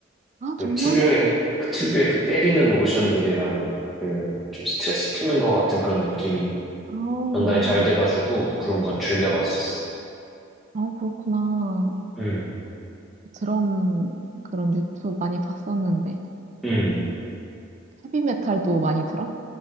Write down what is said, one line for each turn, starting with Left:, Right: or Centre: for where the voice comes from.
Right: 아,
Centre: 그
Right: 정말?
Centre: 특유의 그 특유의 그 때리는 모션들이랑 그 좀 스트레스 푸는 거 같은 그런 느낌이
Right: 아,
Centre: 전달이 잘 돼가지고 그런 거 즐겨봤었어.
Right: 아, 그렇구나.
Centre: 음,
Right: 드럼, 그런 유튜브 많이 봤었는데.
Centre: 음.
Right: 헤비메탈도 많이 들어?